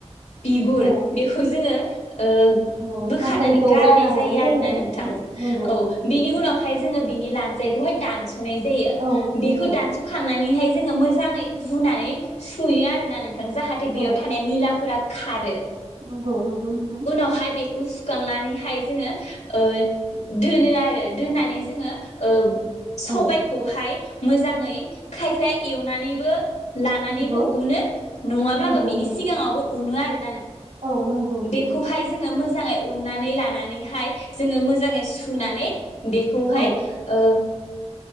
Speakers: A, on the left; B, on the right.
A: बिगुर
B: औ
A: बेखौ जोङो ओ
B: औ
A: बोखारनानै
B: धाखोनखौ
A: गारनाय
B: गारना लानाय
A: जायो आरोना
B: आरो
A: नोंथां
B: औ नंगौ
A: औ
B: नंगौ
A: बिनि उनाव ओमफाय जोङो बेनि लानजाइखौहाय दानस' नाय जायो
B: औ
A: बेखौ
B: नंगौ
A: दानसखांनानैहाय जोङो मोजाङै रुनानै सुयो आरोना नों थां‌ जाहाथे बेयाव
B: औ
A: थानाय मैलाफोरा खारो
B: नंगौ नंगौ नोंथां
A: उनावहाय बे खौ सुखांनानैहाय जोङो ओ दोनो आरो दोननानै जोङो ओ सबायखौहाय
B: औ
A: मोजाङै खायफाया एवनानैबो लानानैबो
B: नंगौ
A: उनो नङाब्लाबो
B: नंगौ
A: बिनि
B: नंगौ
A: सिगाङावबो उनो आरो
B: औ नंगौ नंगौ
A: बेखौहाय जोङो मो जाङै उननानै लानानैहाय जोङो मोजाङै सुनानै बेखौहाय
B: औ
A: ओ